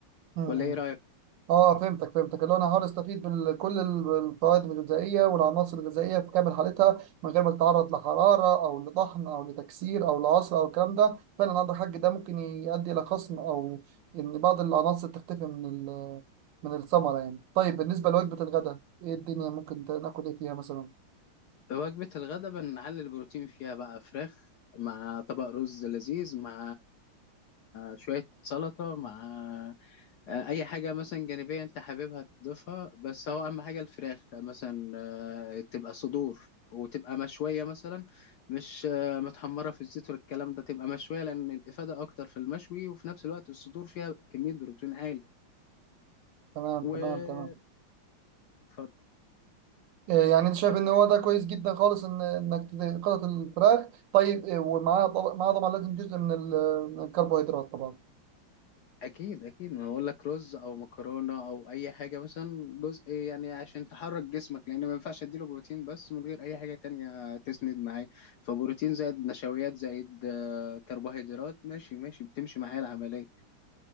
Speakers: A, on the right; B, on the left.
A: امم
B: ولا ايه رايك
A: اه فهمتك فهمتك اللي هو انا هحاول استفيد بكل الفوائد الغذائيه والعناصر الغذائيه في كامل حالتها من غير ما تتعرض لحراره او لطحن او لتكسير او لعصر او الكلام ده فعلا عندك حق ده ممكن يؤدي الى خصم او ان بعض العناصر تختفي من ال- من الثمره يعني طيب بالنسبه لوجبه الغداء ايه الدنيا ممكن ناكل ايه فيها مثلا
B: وجبة الغداء بنعلي البروتين فيها بقى فراخ مع طبق رز لذيذ مع شوية سلطة مع آه، أي حاجة مثلا جانبية أنت حاببها تضيفها بس هو أهم حاجة الفراخ مثلا آه، تبقى صدور وتبقى مشوية مثلا مش آه، متحمرة في الزيت والكلام ده تبقى مشوية لأن الإفادة أكتر في المشوي وفي نفس الوقت الصدور فيها كمية بروتين عالي
A: تمام
B: و
A: تمام تمام
B: اتفضل
A: إيه، يعني انت شايف
B: اتفضل.
A: ان هو ده كويس جدا خالص ان انك ت- قطعة الفراخ طيب إيه، ومعاها طبعا معاها طبعا لازم جزء من ال- من الكربوهيدرات طبعا
B: اكيد اكيد ما اقول لك رز او مكرونه او اي حاجه مثلا جزء يعني عشان تحرك جسمك لان ما ينفعش اديله بروتين بس من غير اي حاجه تانية تسند معاه فبروتين زائد نشويات زائد آه، كربوهيدرات ماشي ماشي بتمشي معايا العمليه